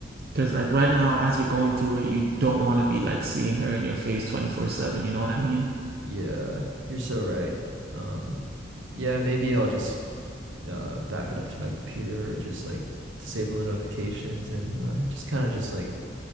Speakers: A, on the right (about 50°); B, on the right (about 75°).
A: Because like right now, as you're going through it, you don't want to be like seeing her in your face 24/7, you know what I mean?
B: Yeah, you're so right. Um, yeah, maybe I'll just uh back it up to my computer or just like disable the notifications and uh, just kind of just like